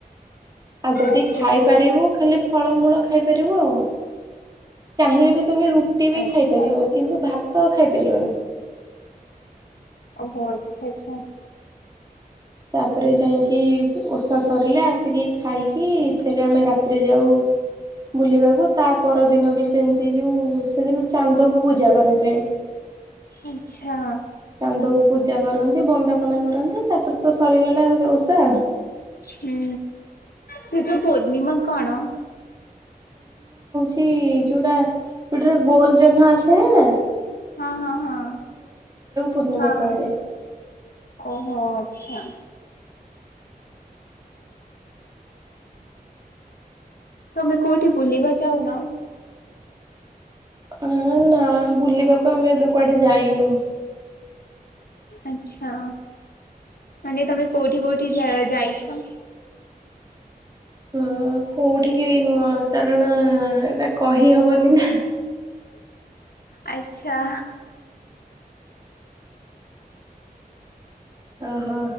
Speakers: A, on the right; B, on the left.
A: ଆଉ ଯଦି
B: ଆଚ୍ଛା
A: ଖାଇପାରିବୁ
B: ଆଚ୍ଛା
A: ଖାଲି ଫଳମୂଳ ଖାଇପାରିବୁ ଆଉ। ଚାହିଁଲେ ବି ତୁମେ ରୁଟି ବି
B: ଆଚ୍ଛା
A: ଖାଇପାରିବ କିନ୍ତୁ ଭାତ ତ ଖାଇପାରିବନି।
B: ଓହୋ ଆଛା ଆଚ୍ଛା।
A: ତାପରେ ଯାଇକି ଓଷା ସରିଲେ ଆସିକି ଖାଇକି ଫେରେ ଆମେ ରାତିରେ ଯାଉ ବୁଲିବାକୁ ତା ପର ଦିନ ବି ସେମିତି ଯୋଉ ସେଦିନ ଚାନ୍ଦକୁ ପୂଜା କରାଯାଏ।
B: ଆଛା।
A: ଚାନ୍ଦ କୁ ପୂଜା କରନ୍ତି ବନ୍ଦାପନା କରନ୍ତି ତାପରେ ତ ସରିଗଲା ଓଷା।
B: ହୁଁ କିନ୍ତୁ ପୂର୍ଣ୍ଣିମା କଣ?
A: ଟି ଯୋଉଟା ଯୋଉଟା ଗୋଲ ଜହ୍ନ ଆସେ ହେଲା
B: ହଁ ହଁ ହଁ
A: ପୂର୍ଣ୍ଣିମା
B: ହଁ
A: କୁହାଯାଏ।
B: ଓହୋ ଆଚ୍ଛା। ତମେ କୋଉଠି ବୁଲିବା ଯାଉନ?
A: ଅ ନା ବୁଲିବାକୁ ଆମେ ଏବେ କୁଆଡେ ଯାଇନୁ।
B: ଆଚ୍ଛା ମାନେ ତମେ କଉଠି କଉଠି ଯାଇଛ?
A: ହଁ କୋଉଠିକ ବି ନୁହ କାରଣ ଏଇଟା କହି ହବନି ନା।
B: ଆଚ୍ଛା।
A: ଓହୋ